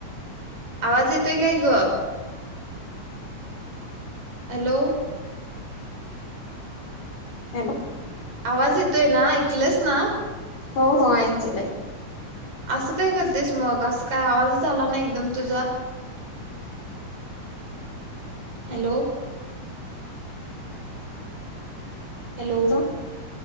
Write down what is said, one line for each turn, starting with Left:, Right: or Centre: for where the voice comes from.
Right: आवाज येतोय काय गं? हॅलो!
Left: हॅलो!
Right: आवाज येतोय ना? ऐकलंस ना?
Left: हो हो ऐकलंय.
Right: असं काय करतेस मग, असं काय आवाज आला नाइ एकदम तुझा. हॅलो! हॅलो!
Left: तो